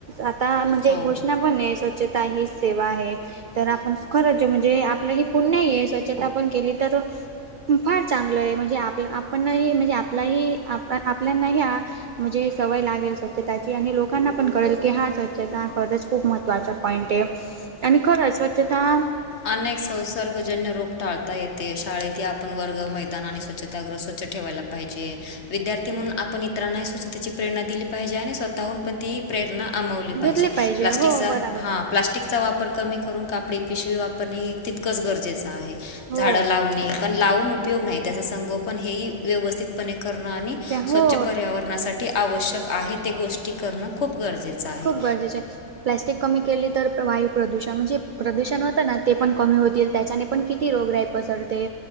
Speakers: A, on the right; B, on the left.
A: आता म्हणजे
B: हो
A: एक घोषणा पण आहे स्वच्छता ही सेवा आहे तर आपण खरं जो म्हणजे आप आपली हि पुण्याई आहे, स्वच्छता पण केली तर फार चांगलं आहे, म्हणजे आपलं आपणही म्हणजे आपलाही आप आपल्याना ह्या म्हणजे सवय लागेल स्वच्छताची आणि लोकांना पण कळेल की हा स्वच्छता हा खरच खूप महत्त्वाचा पॉइंटे आणि खरंच वाचतं आता <unintelligible>
B: अनेक संसर्गजन्य रोग टाळता येते, शाळेत आपण वर्ग मैदना आणि स्वच्छताग्रह स्वच्छ ठेवायला लागत. पाहिजे, विद्यार्थी म्हणून आपण इतरांना स्वच्तेची प्रेरणा दिली पाहिजे आणि स्वतःहून पण ती प्रेरणा अमावली
A: घेतली
B: पाहिजे प्लास्टिकचा
A: हो बराबर
B: हा, प्लास्टिकचा वापर वापर कमी करून कापडी पिशवी वापरणे ह तितकंच गरजेच आहे
A: हो
B: झाड लावणे, पण लावून उपयोग नाही त्याच संगोपन हे व्यवस्थितपणे करणं आणि
A: त्या हो
B: स्वच्छ पर्यावरणासाठी आवश्यक आहे ते गोष्टी टी करणं खूप गरजेचं आहे.
A: खूप गरजेचे आहे प्लॅस्टिक कमी केली तर, वायू प्रदूषण म्हणजे प्रदूषण होतं ना ते पण कमी होतील त्याच्याने पण किती रोग राही पसरते.